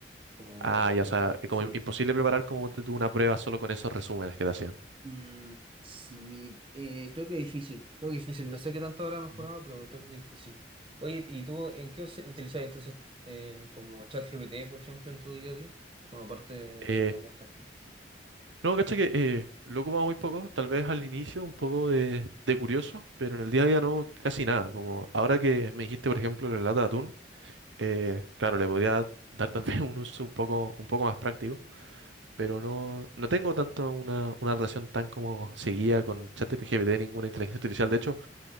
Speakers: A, on the right (about 30°); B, on the right (about 85°).
A: Como
B: Ah,
A: la-
B: ya, o sea, es
A: sí.
B: como im- imposible preparar como ponte tú una prueba solo con esos resúmenes que te hacían.
A: Mm, sí, eh, creo que difícil, creo que difícil. No sé qué tanto habrá mejorado,
B: Ujú.
A: pero creo que difícil. Oye, ¿y tú en qué us- utilizas entonces eh, como ChatGPT, por ejemplo, en tu día a día? Como aparte
B: Eh,
A: de lo que me contaste.
B: no, cacha que eh, lo ocupaba muy poco, tal vez al inicio un poco de, de curioso, pero en el día a día no, casi nada. Como ahora que me dijiste, por ejemplo, la lata de atún, eh, claro, le podría dar tal <laughs> vez un uso un poco, un poco más práctico. pero no, no tengo tanto una, una relación tan como seguía con ChatGPT, ninguna inteligencia artificial. De hecho,